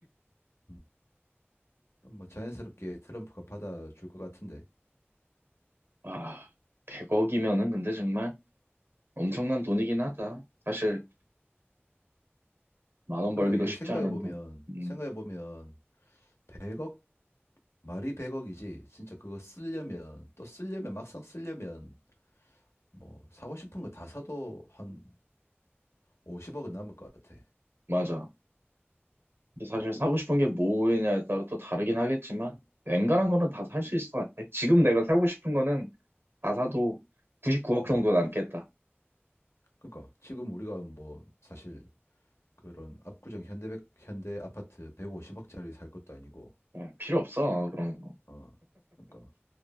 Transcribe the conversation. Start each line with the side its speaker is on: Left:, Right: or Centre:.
Left: 음, 그럼 뭐 자연스럽게 트럼프가 받아줄 것 같은데.
Right: 아, 100억이면은 근데 정말 엄청난 돈이긴 하다. 사실 만원 벌기도
Left: 그래, 이게
Right: 쉽지
Left: 생각해보면,
Right: 않은데. 음,
Left: 생각해보면, 100억 말이 100억이지 진짜 그거 쓰려면 또 쓰려면 막상 쓰려면 뭐 사고 싶은 거 다 사도 한 50억은 남을 것 같아.
Right: 맞아. 근데 사실 사고 싶은 게 뭐냐에 따라 또 다르긴 하겠지만 웬간한 거는 다 살 수 있을 것 같아. 지금 내가 사고 싶은 거는 다 사도 99억
Left: 음.
Right: 정도 남겠다.
Left: 그러니까 지금 우리가 뭐 사실 그런 압구정 현대백 현대 아파트 150억짜리 살 것도 아니고
Right: 예, 필요 없어 그런 거.
Left: 어. 그러니까